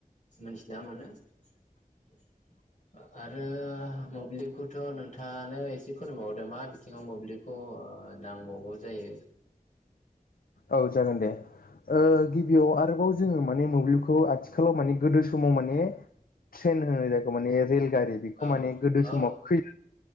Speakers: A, on the left; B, on the left.
A: मिथिना मोनानो आरो मोब्लिबखौथ' नोंथाङानो एसे फोरमबावदो मा बिथिङाव मोब्लिबखौ ओ नांबावगौ जायो
B: औ जागोन दे ओ गिबियाव आरोबाव जोङो माने मोब्लिबखौ आथिखालाव माने गोदो समाव माने ट्रेन होनाय जायखौ माने रेलगारि बेखौ
A: औ
B: माने गोदो
A: औ
B: समाव फैयो